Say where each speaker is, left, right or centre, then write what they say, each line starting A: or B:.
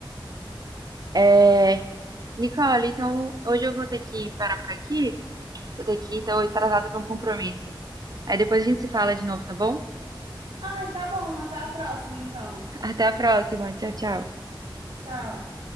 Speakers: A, on the right (about 50°); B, on the right (about 90°).
A: É, Nicole, então hoje eu vou ter que parar por aqui. Vou ter que então, ir, tô atrasada para um compromisso. Aí depois a gente se fala de novo, tá bom?
B: Ai, tá bom, até a próxima então.
A: <laughs> Até a próxima. Tchau, tchau.
B: Tchau.